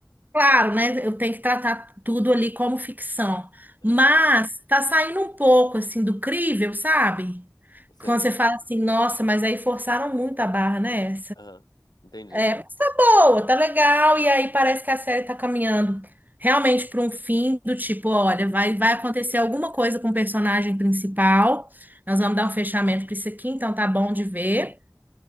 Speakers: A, on the right; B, on the left.
A: claro, né, eu tenho que tratar tudo ali como ficção.
B: Aham,
A: Mas tá saindo um pouco, assim, do crível, sabe?
B: sei.
A: Quando você fala assim, nossa, mas aí forçaram muito a barra, né?
B: Aham, entendi.
A: É, mas tá boa, tá legal, e aí parece que a série tá caminhando realmente para um fim do tipo, olha, vai, vai acontecer alguma coisa com o personagem principal, nós vamos dar um fechamento para isso aqui, então tá bom de ver.